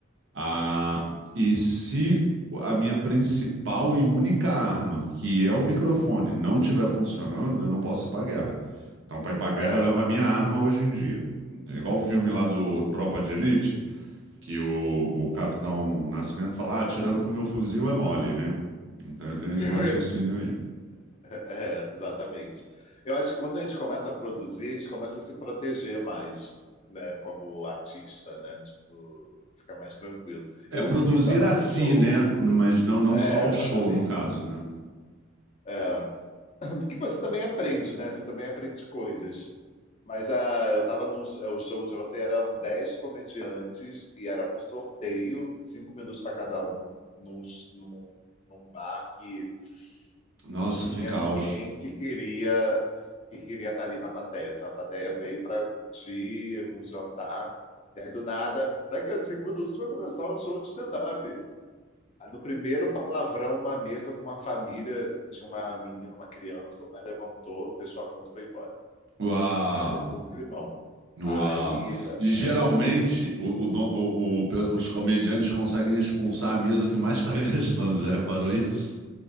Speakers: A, on the right; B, on the left.
A: Ah, e se a minha principal e única arma, que é o microfone, não estiver funcionando, eu não posso ir pra guerra. Então, pra ir pra guerra,
B: é.
A: eu levo a minha arma hoje em dia. Entende? Igual o filme lá do Tropa de Elite, que o, o Capitão Nascimento fala, ah, atirando com meu fuzil é mole, né? Então eu tenho esse
B: <laughs>
A: raciocínio aí.
B: É, exatamente. Eu acho que quando a gente começa a produzir, a gente começa a se proteger mais, né, como artista, né? Tipo, fica mais tranquilo.
A: É,
B: Eu,
A: produzir
B: tá, mas
A: a si,
B: eu show,
A: né? Mas não, não
B: é,
A: só ao
B: exatamente.
A: show, no caso, né?
B: É. <clears throat> <laughs> Porque você também aprende, né? Você também aprende coisas. Mas ah, eu tava num é, o show de ontem, eram 10 comediantes e era por sorteio, cinco minutos para cada um, num, num, num bar que
A: Nossa,
B: não tinha
A: que caos.
B: ninguém que queria que queria estar ali na plateia. sabe? A plateia veio para curtir um jantar. E aí, do nada, daqui a cinco minutos vai começar um show de stand-up. Aí, no primeiro palavrão, uma mesa com uma família que tinha uma menina, uma criança, o pai levantou, fechou a conta e foi embora.
A: Uau!
B: Aí já ficou um climão.
A: Uau.
B: Aí,
A: Geralmente,
B: aí chegou.
A: o- o don- o- o pe- os comediantes conseguem expulsar a mesa que mais está <laughs> gastando, já reparou isso?